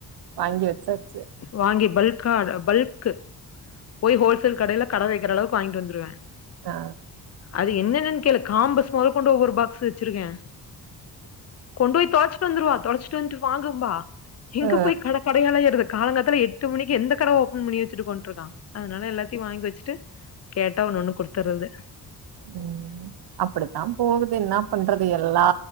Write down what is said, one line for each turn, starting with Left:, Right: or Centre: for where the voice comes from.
Right: வாங்கி வெச்சாச்சு
Left: வாங்கி பல்கா பல்க்கு போய் ஹோல்சேல் கடைல கடை வெக்கிற அளவுக்கு வாய்ங்ட்டு வந்துருவே
Right: ஆ
Left: அது என்னென்னன் கேளு காம்பஸ் மொதல்கொண்டு ஒவ்வொரு பாக்ஸ் வெச்சிருக்கே கொண்டோய் தொலைச்சிட்டு வந்துருவா தொலைச்சிட்டு வந்ட்டு வாங்கும்பா எங்க
Right: ஆ
Left: போய் கட கடையெல்லா ஏறது காலங்காத்தல எட்டு மணிக்கு எந்த கட ஓபன் பண்ணி வெச்சுட்டு போன்ட்ருக்கா அதனால எல்லாத்தியு வாங்கி வெச்சிட்டு கேட்டா ஒன்னு ஒன்னு குடுத்துற்றது
Right: ம் அப்படித்தா போகுது என்னா பண்றது எல்லா